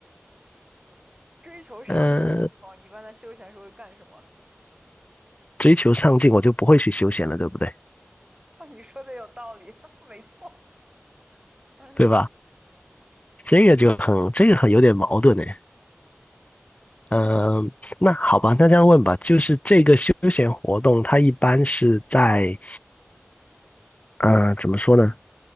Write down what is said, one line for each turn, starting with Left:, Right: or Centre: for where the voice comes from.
Right: 追求上进这方面你一般在休闲的时候会干什么？
Left: 呃，追求上进，我就不会去休闲了，对不对？
Right: <laughs> 啊，你说的有道理，<laughs> 没错。嗯，
Left: 对吧？这个就很，这个很有点矛盾哎。嗯，那好吧，那这样问吧，就是这个休闲活动，它一般是在，呃，怎么说呢？